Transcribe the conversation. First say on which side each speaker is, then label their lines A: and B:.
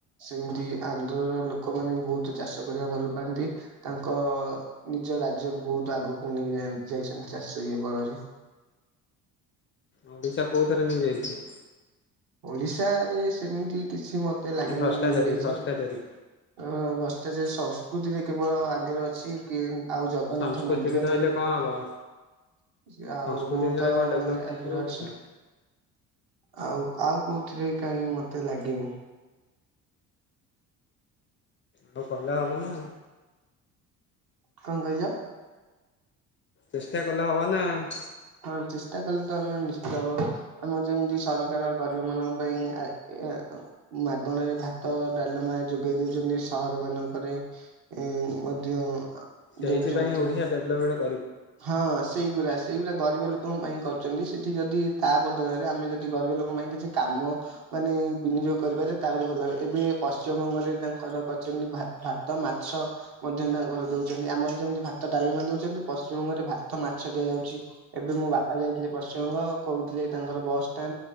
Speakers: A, on the right; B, on the left.
A: ସେମିତି ଆନ୍ଧ୍ରର ଲୋକମାନେ ବି ବହୁତ ଚାଷ କରିବା ଭଲ ପାନ୍ତି ତାଙ୍କ ନିଜ ରାଜ୍ୟକୁ ବହୁତ ଆଗକୁ ନେଇ ଯାଇଛନ୍ତି ଚାଷୀ ବଳରେ।
B: ଓଡିଶା କୋଉ ଥରେ ନେଇଯାଇଛି।
A: ଓଡିଶାରେ ସେମିତି କିଛି ମ ମତେ ଲାଗନି
B: ଭ୍ରଷ୍ଟାଚାରୀ
A: ନେଇଯାଇଛି
B: ଭ୍ରଷ୍ଟାଚାରୀ
A: <unintelligible> ସେଟା ଯେ ସଂସ୍କୃତିଯେ କେବଳ ଆଗରେ ଅଛି କି ଆଉ ଜଗନ୍ନାଥ
B: ସଂସ୍କୃତି
A: ମନ୍ଦିର
B: କି ଧଇଲେ
A: ପାଇଁ
B: କଣ ହବ
A: ଆଉ
B: ସଂସ୍କୃତି
A: ବହୁତ
B: ଇରେ କଣ ଡେଭଲପମେଣ୍ଟ
A: ମାନେ ଆଗରେ
B: ହେଇଯିବ ଓଡ଼ିଶା
A: ଅଛି। ଆଉ ଆଉ କୋଉଥିରେ କାହିଁ ମତେ ଲାଗିନି
B: ଆଉ କଲେ ହବ ନା।
A: କଣ କହିଲ?
B: ଚେଷ୍ଟା କଲେ ହବ ନା ଆଉ।
A: ହଁ ଚେଷ୍ଟା କଲେ ତ ଆମେ ନିଶ୍ଚିତ ହବା। ଆମର ଯେମିତି ସରକାର ଗରିବ ମାନଙ୍କ ପାଇଁ ମାଗଣାରେ ଭାତ ଡାଲମ। ଯୋଗେଇ ଦଉଛନ୍ତି ସହର ମାନଙ୍କରେ ଏଁ ମଧ୍ୟ।
B: ସେଇଥି
A: ଦଉଛନ୍ତି
B: ପାଇଁ ଓଡିଶା ଡେଭଲମେଣ୍ଟ୍
A: ହଁ ସେଇଗୁରା। ସେଇଗୁରା ଗରିବ ଲୋକଙ୍କ ପାଇଁ କରରିଛନ୍ତି ସେଠି ଯଦି ତା ବଦଳରେ ଆମେ ଯଦି ଗରିବ ଲୋକଙ୍କ ପାଇଁ କିଛି କାମ- ମାନେ ବିନିଯୋଗ କରିପାରେ ତାପରେ ଭଲ ଲାଗେ ଏବେ ପଶ୍ଚିମବଙ୍ଗରେ ତାଙ୍କର କହିଛନ୍ତି ଭାତ ମାଛ। ଗଛ ମଧ୍ୟ ତାଙ୍କର ଦଉଛନ୍ତି ଆମର ଯେମିତି ଭାତ ଡାଲମା ଦଉଛନ୍ତି। ପଶ୍ଚିମବଙ୍ଗରେ ଭାତ ମାଛ ଦିଆଯାଉଛି ଏବେ ମୋ ବାପା ଯାଇଥିଲେ ପଶ୍ଚିମବଙ୍ଗ କହୁଥିଲେ ତାଙ୍କର ବାସଟା।